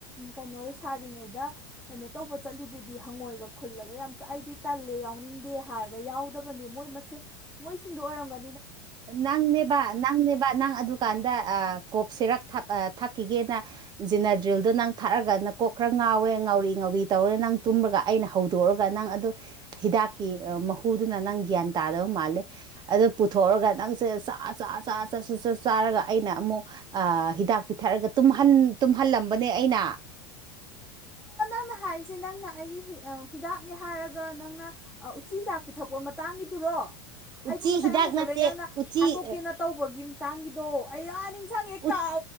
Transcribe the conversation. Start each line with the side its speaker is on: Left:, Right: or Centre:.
Centre: ꯀꯩꯅꯣꯗꯩ ꯁꯥꯔꯤꯉꯩꯗ ꯀꯩꯅꯣ ꯇꯧꯕ ꯆꯠꯂꯤꯗꯨꯗꯤ ꯍꯪꯉꯣꯏꯒ ꯈꯨꯜꯂꯒ ꯌꯥꯝ ꯆꯥꯛꯥꯏꯗꯤ ꯇꯜꯂꯦ ꯌꯥꯎꯅꯤꯡꯗꯦ ꯍꯥꯏꯔꯒ ꯌꯥꯎꯗꯕꯅꯤ ꯃꯣꯏ ꯃꯁꯦ ꯃꯣꯏꯁꯤꯡꯗꯣ ꯑꯣꯏꯔꯝꯒ
Right: ꯅꯪꯅꯦꯕ ꯅꯪꯅꯦꯕ ꯅꯪ ꯑꯗꯨꯀꯥꯟꯗ ꯑ ꯀꯣꯛꯁꯤꯔꯛ ꯊꯥꯛꯈꯤꯒꯦꯅ ꯖꯤꯅꯗ꯭ꯔꯤꯜꯗꯣ ꯅꯪ ꯊꯥꯛꯑꯒꯅ ꯀꯣꯛ ꯈꯔ ꯉꯥꯎꯋꯦ ꯉꯥꯎꯔꯤ ꯉ ꯇꯧꯔꯦ ꯅꯪ ꯇꯨꯝꯒ ꯑꯩꯅ ꯍꯧꯗꯣꯛꯎꯑꯒ ꯅꯪ ꯑꯗꯨ ꯍꯤꯗꯥꯛꯀꯤ ꯃꯍꯨꯗꯨꯅ ꯅꯪ ꯒ꯭ꯌꯥꯟ ꯇꯥꯔ ꯃꯥꯜ ꯊꯑꯒ ꯅꯪꯁꯦ ꯆ ꯆ ꯆ ꯆꯠ ꯆ ꯆꯠ ꯆꯥꯔꯒ ꯑꯩꯅ ꯑꯃꯨꯛ ꯍꯤꯗꯥꯛ ꯄꯤꯊꯔꯒ ꯇꯨꯝ ꯇꯨꯝꯍꯜꯂꯝꯕꯅꯦ ꯑꯩꯅ
Centre: ꯅꯅ ꯍꯥꯏꯔꯤꯁꯦ ꯅꯪꯅ ꯑꯩꯒꯤ ꯍꯤꯗꯥꯛꯅꯦ ꯍꯥꯏꯔꯒ ꯅꯪꯅ ꯎꯆꯤ ꯍꯤꯗꯥꯛ ꯄꯤꯊꯛꯄ ꯃꯇꯥꯡꯒꯤꯗꯨ ꯀ꯭ꯔꯣ
Right: ꯎꯆꯤ
Centre: ꯑꯩꯗꯣ ꯃꯁꯥ
Right: ꯍꯤꯗꯥꯛ
Centre: ꯌꯥꯝ ꯐꯖꯕꯩ
Right: ꯅꯠꯇꯦ
Centre: ꯅꯪꯅ
Right: ꯎꯆꯤ
Centre: ꯍꯥꯠꯇꯣꯛꯀꯦꯅ
Right: ꯑ,
Centre: ꯇꯧꯕꯒꯤ ꯃꯇꯥꯡꯒꯤꯗꯣ ꯑꯩꯌꯥ ꯅꯤꯡꯁꯥꯡꯉꯦ
Right: ꯎꯆ
Centre: ꯀꯥ